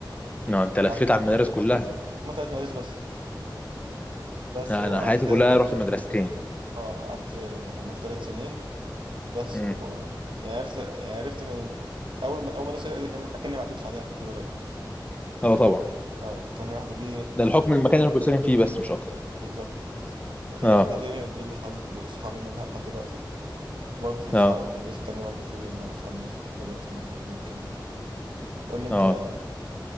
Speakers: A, on the left (about 20°); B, on the right (about 85°).
A: لا انت لفيت
B: قعدت
A: على المدارس كلها
B: هما تلات مدارس بس بس
A: لا،
B: وقعدت
A: انا حياتي
B: فيها
A: كلها
B: تل...
A: رحت مدرستين
B: اه قعدت آه، هناك تلات سنين بس
A: امم
B: و يعني عرفت يعني عرفت من أول أول مدرسة دي كان أكني ما عدتش عليها كنت صغير
A: اه طبعا
B: اه تاني واحدة دي
A: ده الحكم المكان اللي كنت ساكن فيه بس مش اكتر
B: بالظبط وتاني
A: اه
B: واحدة دي دي اللي صحابي صحابي منها لحد دلوقتي وبرضه أصحاب
A: اه
B: المدرسة التانية برضه في أنا أصحاب الناس لحد دلوقتي يعني بنتكلم وكده قول لي أنت
A: اه
B: يعني